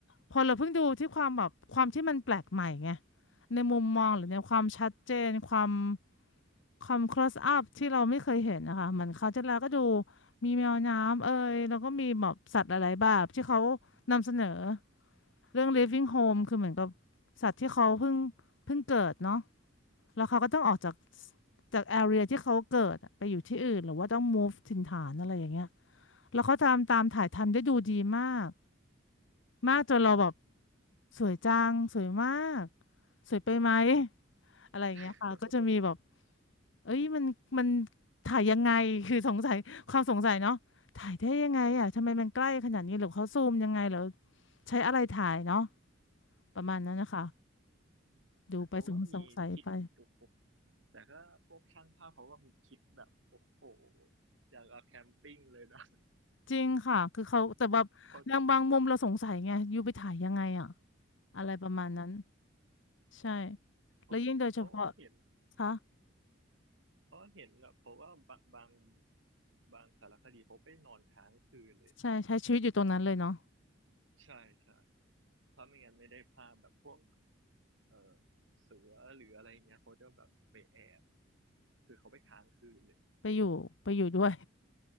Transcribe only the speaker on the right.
อืม
<laughs>
แต่เขาก็มีคิดโอ้โหแต่ก็พวกช่างภาพเขาก็มีคิดแบบโอ้โหอย่างกับแคมปิ้งเลยนะ
<laughs> เขา
เขาเขาก็เห็น
เขาก็เห็นแบบเขาก็บางบางบางสารคดีเขาไปนอนค้างคืนเลย
ใช่ใช่เพราะไม่งั้นไม่ได้ภาพแบบพวก เออเสือหรืออะไรอย่างเงี้ยเขาจะแบบไปแอบคือเขาไปค้างคืนเลย